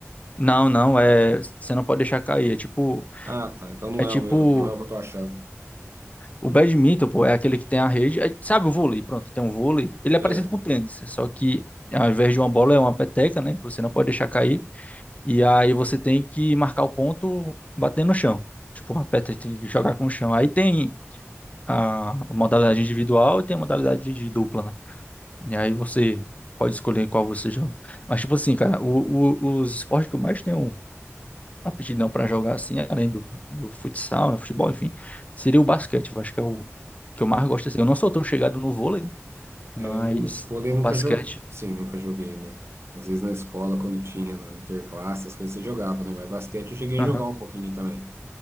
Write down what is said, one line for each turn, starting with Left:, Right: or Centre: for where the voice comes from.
Left: Não, não, é, você não pode deixar cair, é tipo,
Right: Ah, tá. Então não
Left: é
Right: é
Left: tipo
Right: o, meu- não é o que eu tô achando.
Left: o badminton, pô, é aquele que tem a rede, é- sabe o vôlei, pronto, tem um vôlei, ele é
Right: É,
Left: parecido com o tênis, só que ao invés de uma bola é uma peteca, né, que você não pode deixar cair. E aí você tem que marcar o ponto batendo no chão. Tipo, a peça tem que jogar com o chão. Aí tem a modalidade individual e tem a modalidade de dupla, né? E aí você pode escolher qual você joga. Mas, tipo assim, cara, o- o- os esportes que eu mais tenho aptidão pra jogar, assim, além do, do futsal, né, futebol, enfim, seria o basquete. Eu acho que é o que eu mais gosto, assim. Eu não sou tão chegado no vôlei, mas
Right: eu nunca, vôlei
Left: o
Right: nunca
Left: basquete...
Right: joguei. Sim, nunca joguei, né? Às vezes na escola, quando tinha, na interclasse, as coisas você jogava, né? Mas basquete eu cheguei
Left: Aham.
Right: a jogar um pouquinho também.